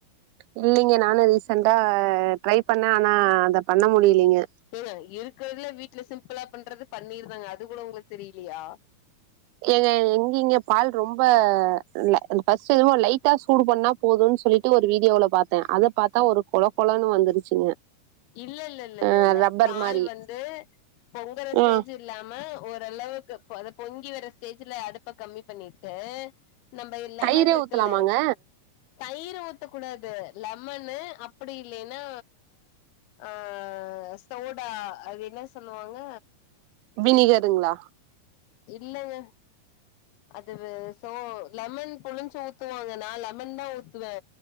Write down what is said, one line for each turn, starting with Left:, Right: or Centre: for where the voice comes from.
Right: இல்லிங்க நானு ரீசன்டா ட்ரை பண்ணே ஆனா அத பண்ண முடியலிங்க
Left: ஏங்க இருக்குறதுலயே வீட்ல சிம்பிளா பண்றது பன்னீர் தாங்க அது கூட உங்களுக் தெரியிலியா
Right: ஏங்க எங்கிங்க பால் ரொம்ப இல்ல ஃபஸ்ட்டு என்னமோ லைட்டா சூடு பண்ணா போதுன் சொல்லீட்டு ஒரு வீடியோல பாத்தே அத பாத்தா ஒரு கொழ கொழனு வந்துருச்சுங்க
Left: இல்ல இல்ல இல்ல இல்ல
Right: அஹ்
Left: இல்ல
Right: ரப்பர்
Left: பால்
Right: மாரி
Left: வந்து பொங்கற ஸ்டேஜு
Right: ஆ
Left: இல்லாம ஓரளவுக்கு பத பொங்கி வர ஸ்டேஜ்ல அடுப்ப கம்மி பண்ணீட்டு நம்ப லெமன்ட்ருக்குல்ல
Right: தயிரே ஊத்தலாமாங்க
Left: தயிர ஊத்தக்கூடாது லெமனு அப்பிடி இல்லைனா அ சோடா அது என்ன சொல்லுவாங்க
Right: வினிகருங்ளா
Left: இல்லங்க அது வெ சோ லெமன் புழுஞ்சு ஊத்துவாங்க நா லெமன் தா ஊத்துவே